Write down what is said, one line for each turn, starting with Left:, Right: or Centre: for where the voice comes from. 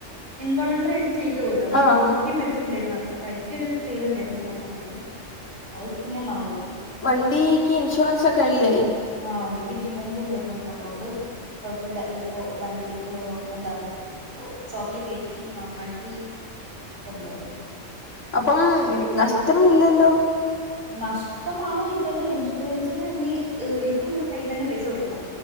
Right: ഇൻവോളഡ്രിയിട്ട് ചെയ്തോവു ലോ അങ്ങനെ
Left: ആഹ്
Right: മു മുറുക്കി പിടിച്ചിട്ടുണ്ടായിരുന്നു പെട്ച്ച്ട്ട്ണ്ടാരുന്നു അപ്പൊ കൈക്കൊരു പെയിൻ ണ്ടായിരുന്നു ആഹ് സമയത്ത് അത് പിന്നെ മാറി.
Left: വണ്ടീക്ക് ഇൻഷുറൻസ് ഒക്കെ ല്ലേ?
Right: ആഹ് വണ്ടിക്ക് ഇൻഷുറൻസ് ഉണ്ടായിരുന്നു അതോണ്ട് കൊഴപ്പല്ല ഹ് പ്പോ വണ്ടി. യേഹോ എന്താ ഷോപ്പ്ൽ കേറ്റി നന്നാക്കി കൊണ്ടോന്നെ
Left: അപ്പം നഷ്ടം ഇല്ലല്ലോ?
Right: നഷ്ടമാണോ ചോയിച്ചാല് ഇൻഷുറൻസിന് ഇനി ഇപ്പ മ്മളെ കയ്യിന്നന്നെ പൈസ കൊടുക്കണം.